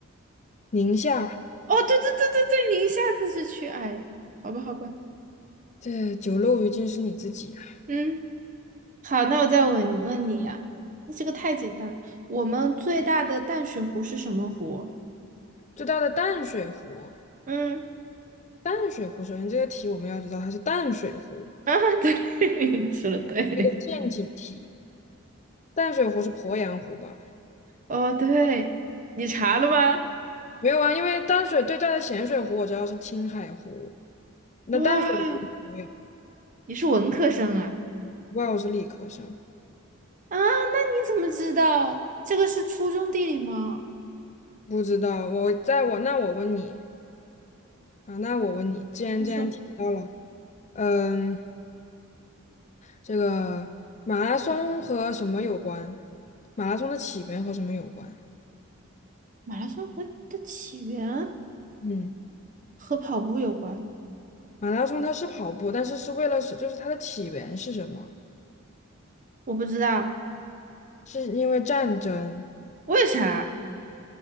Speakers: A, on the left (about 35°); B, on the right (about 40°).
A: 宁夏
B: 哦，对对对对对，您下次是去哎，好吧好吧，
A: 这九六鱼今是你自己啊！
B: 嗯，好，那我再问问你呀、那这个太简单了。我们最大的淡水湖是什么湖？
A: 最大的淡水湖，
B: 嗯
A: 淡水湖，首先这个题我们要知道它是淡水湖，
B: 啊，对，<laughs> 你说的对。
A: 那个陷阱题。淡水湖是鄱阳湖吧？
B: 哦，对，你查了吗？
A: 没有啊，因为淡水最大的咸水湖我知道是青海湖，那淡水湖是鄱阳，
B: 哇，你是文科生啊？
A: 不知道我是理科生，
B: 啊，那你怎么知道？这个是初中地理吗？
A: 不知道。我在我那我问你。啊，那我问你，既然既然提到了，
B: 你说。
A: 嗯，这个马拉松和什么有关？马拉松的起源和什么有关？
B: 马拉松和的起源
A: 嗯，
B: 和跑步有关，
A: 马拉松它是跑步，但是是为了是，就是它的起源是什么？
B: 我不知道
A: 是因为战争，
B: 为啥。